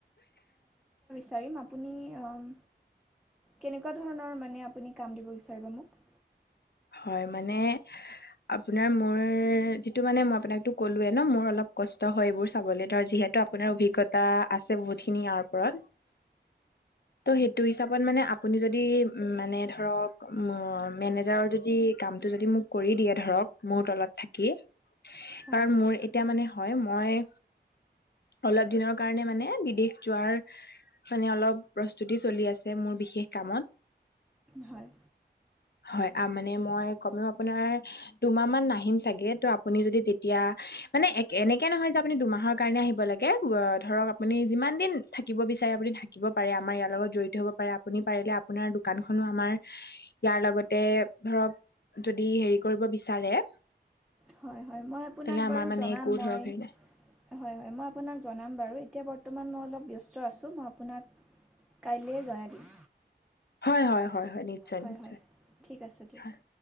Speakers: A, in the centre; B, on the left.
A: পাৰিম আপুনি অম কেনেকুৱা ধৰণৰ মানে আপুনি কাম দিব বিচাৰিব মোক?
B: হয় মানে আপোনাৰ মোৰ যিটো মানে মই আপোনাকটো কলোৱে ন মোৰ অলপ কষ্ট হয় এইবোৰ চাবলে ধৰ যিহেতু ত' আপোনাৰ অভিজ্ঞতা আছে বহুতখিনি ইয়াৰ ওপৰত ত' সেই এইটো হিচাপত মানে আপুনি যদি মানে ধৰক মেনেজাৰৰ যদি সি কামটো যদি মোক কৰি দিয়ে ধৰক মোৰ তলত থাকি, কাৰণ
A: হয়
B: মোৰ এতিয়া মানে হয় মই অলপ দিনৰ কাৰণে মানে বিদেশ যোৱাৰ মানে অলপ প্ৰস্তুতি চলি আছে মোৰ বিশেষ কামত
A: হয়
B: হয়, আ মানে মই কমেও আপোনাৰ দুমাহ মান নাহিম চাগে ত আপুনি যদি তেতিয়া, মানে এনেকে নহয় যে আপুনি দুমাহৰ কাৰণে আহিব লাগে ধৰক আপুনি যিমান যিমান দিন থাকিব বিচাৰে আপুনি থাকিব পাৰে আমাৰ ইয়াৰ লগত জড়িত হ'ব পাৰে আপুনি পাৰিলে আপোনাৰ দোকানখনো আমাৰ ইয়াৰ লগতে ধৰক যদি হেৰি কৰিব বিচাৰে
A: হয় হয় মই আপোনাক
B: তেনে আমাৰ
A: বাৰু
B: মানে
A: জনাম
B: একো
A: মই
B: ধৰক হেৰি নাই
A: হয় হয়, মই আপোনাক জনাম বাৰু এতিয়া বৰ্তমান মই অলপ ব্যস্ত ব্যস্ত আছোঁ মই আপোনাক কাইলৈ জনাই দিম।
B: হয় হয় হয় হয় নিশ্চয়
A: হয়
B: নিশ্চয়
A: হয় ঠিক আছে দিয়ক
B: হয়।